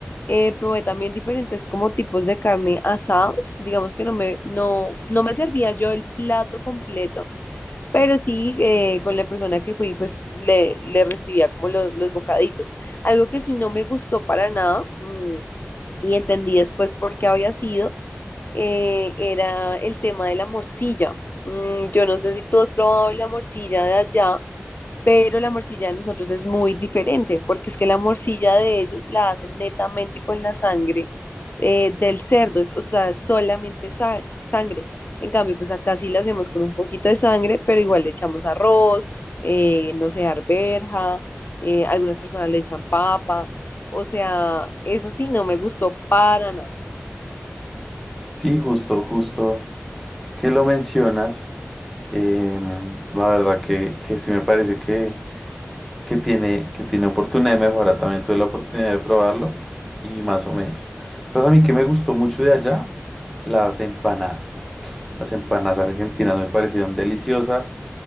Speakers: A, on the left; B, in the centre.
A: Eh, probé también diferentes como tipos de carne asados, digamos que no me, no, no me servía yo el plato completo, pero sí eh, con la persona que fui pues le, le recibía como los, los bocaditos. Algo que sí no me gustó para nada mm, y entendí después por qué había sido, eh, era el tema de la morcilla. Mm, yo no sé si tú has probado la morcilla de allá pero la morcilla de nosotros es muy diferente, porque es que la morcilla de ellos la hacen netamente con la sangre eh, del cerdo, es- o sea, solamente sa- sangre. En cambio, pues acá sí la hacemos con un poquito de sangre, pero igual le echamos arroz, eh, no sé, arberja, eh, algunas personas le echan papa, o sea, eso sí, no me gustó para nada.
B: Sí, justo, justo. que lo mencionas, em, la verdad que, que sí me parece que, que tiene, que tiene oportunidad de mejora. También tuve la oportunidad de probarlo y más o menos. ¿Sabes a mí que me gustó mucho de allá? Las empanadas. Las empanadas argentinas me parecieron deliciosas.